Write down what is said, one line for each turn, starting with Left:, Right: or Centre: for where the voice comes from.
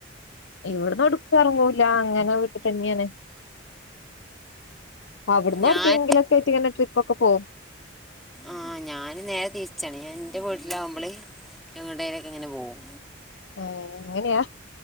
Left: ഇവിടന്ന്ടുക്കും ഒറങ്ങുല അങ്ങനെ വീട്ടിതന്നെണ്. അവിന്ന്ടകെങ്കിലൊക്കെയിട്ട്ങ്ങനെ
Centre: ഞാൻ
Left: ട്രിപ്പൊക്കെ പോവും.
Centre: ആഹ് ഞൻ നേരെ തിരിച്ചാണ് ഞാൻ എന്റെ വീട്ടില ആകുമ്പോള് ഞങ്ങളടേലേക്ക ഇങ്ങനെ പോകും
Left: ഏ അങ്ങനെയാ